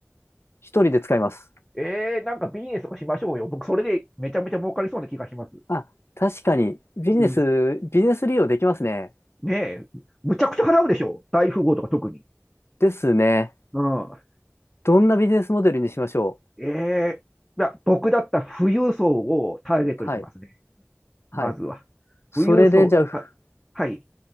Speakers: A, on the left; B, in the centre.
A: 一人で使います。
B: えー、なんかビジネスとかしましょうよ。僕、それでめちゃめちゃ儲かりそうな気がします。
A: あ、確かに、ビジネス、
B: うん。
A: ビジネス利用できますね。
B: ねえ、むちゃくちゃ払うでしょ。大富豪とか特に。
A: ですね。
B: うん。
A: どんなビジネスモデルにしましょ
B: ええいや、僕だったら富裕層をターゲットにしますね。
A: う。はい。
B: まずは。
A: はい。それで、
B: 富裕層、
A: じゃあ、ふ
B: は、はい。